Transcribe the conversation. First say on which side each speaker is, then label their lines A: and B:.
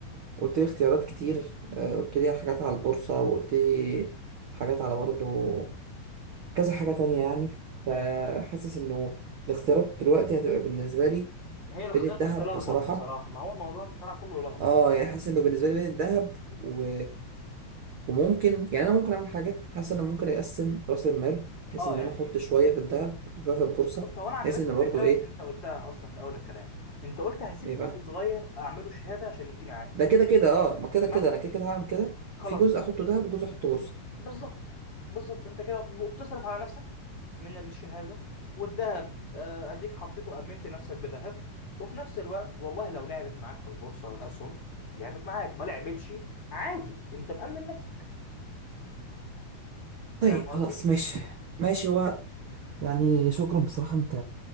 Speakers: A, on the right; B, on the left.
A: قلت لي اختيارات كتير آه، قلت لي حاجات على البورصه وقلت لي حاجات على برضه كذا حاجة تانية يعني فحاسس
B: امم
A: انه الاختيارات دلوقتي هتبقى بالنسبة لي
B: هي الاختيارات
A: بين الذهب
B: بتلخبط
A: بصراحة
B: بصراحة ما هو الموضوع بصراحة كله يلخبط
A: اه يعني حاسس انه بالنسبة لي بين الذهب و... وممكن يعني انا ممكن اعمل حاجة حاسس ان انا ممكن اقسم رأس المال بحيث
B: اه
A: ان
B: يعني
A: انا احط شوية في الذهب وشوية في البورصة
B: بص هو انا عجبتني
A: بحيث ان
B: فكرة
A: برضو ايه
B: انت قلتها اصلا في اول الكلام انت قلت هسيب
A: ايه
B: جزء
A: بقى
B: صغير اعمله شهادة عشان يديني عائد
A: ده كده كده اه ما كده
B: تمام
A: كده انا كده كده هعمل كده
B: خلاص
A: في جزء احطه ذهب وجزء احطه بورصة
B: بالظبط بالظبط انت كده وبتصرف على نفسك من الشهاده والذهب آه، اديك حطيته امنت نفسك بذهب وفي نفس الوقت والله لو لعبت معاك في البورصه والاسهم لعبت معاك ما لعبتش عادي انت مأمن نفسك
A: طيب
B: فاهم قصدي
A: خلاص ماشي ماشي يعني شكرا بصراحة انت